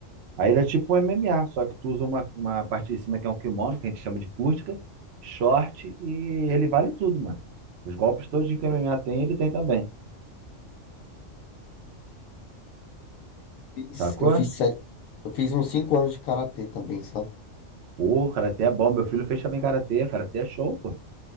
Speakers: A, on the right; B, on the left.
A: Aí ele é tipo um MMA, só que tu usa uma, uma parte de cima que é um kimono, que a gente chama de kurtka, short, e ele vale tudo, mano. Os golpes todos que o MMA tem, ele tem também.
B: Fiz-
A: Sacou?
B: Eu fiz sete, eu fiz uns cinco anos de karatê também, sabe?
A: Pô, karatê é bom. Meu filho fez também karatê. Karatê é show, pô.